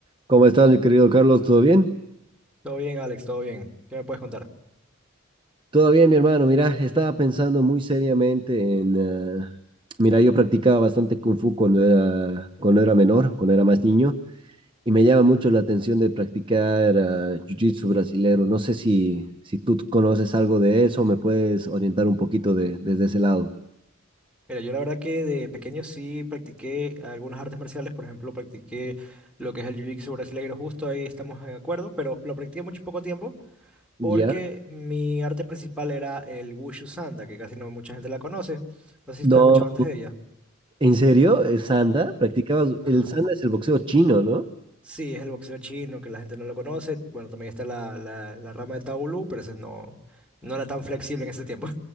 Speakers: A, on the right; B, in the centre.
A: ¿Cómo estás, mi querido Carlos? ¿Todo bien?
B: Todo bien, Alex, todo bien. ¿Qué me puedes contar?
A: Todo bien, mi hermano. Mira, estaba pensando muy seriamente en... ah, mira, yo practicaba bastante Kung Fu cuando era, cuando era menor, cuando era más niño, y me llama mucho la atención de practicar ah, Jiu-Jitsu brasilero. No sé si, si tú conoces algo de eso, me puedes orientar un poquito de, desde ese lado.
B: Mira, yo la verdad que de pequeño sí practiqué algunas artes marciales, por ejemplo, practiqué lo que es el Jiu-Jitsu brasileño, justo ahí estamos de acuerdo, pero lo practiqué mucho poco tiempo
A: ¿Ya?
B: porque mi arte principal era el Wushu Sanda, que casi no mucha gente la conoce. No sé
A: No,
B: si tú has escuchado antes de ella.
A: ¿en serio? ¿El Sanda?
B: Ujú.
A: ¿Practicabas?
B: Ajá.
A: El Sanda es el boxeo chino, ¿no?
B: Sí, es el boxeo chino, que la gente no lo conoce. Bueno, también está la, la, la rama de Taolu, pero ese no, no era tan flexible en ese tiempo.